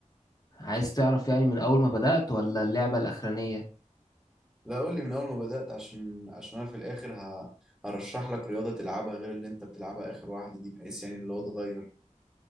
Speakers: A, on the left (about 30°); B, in the centre.
A: عايز تعرف يعني من اول ما بدأت ولا اللعبة الاخرانية
B: لا قول لي من اول ما بدأت عشان عشان انا في الاخر ه... هرشح لك رياضة تلعبها غير اللي انت بتلعبها اخر واحدة دي بحيث يعني اللي هو اتغير